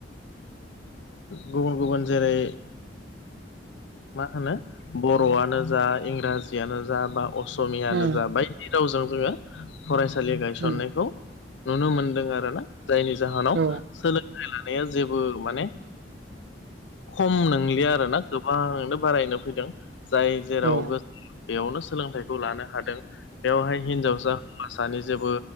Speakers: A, on the left; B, on the right.
A: गुबुन गुबुन जेरै मा होनो बर'आनो जा इंराजियानो जा बा असमियानो
B: उम
A: जा बायदि रावजों जोङो फरायसालि गायसननायखौ
B: उम
A: नुनो मोनदों आरोना जायनि जाहोनाव
B: औ
A: सोलों लानाया जेबो माने खम नंलिया आर ना गोबांनो बारायनो फैदों जाय जेराव
B: औ
A: बेयावनो सोलोंथाइखौ लानो हादों बेवहाय हिनजावसा हिनजावसानि जेबो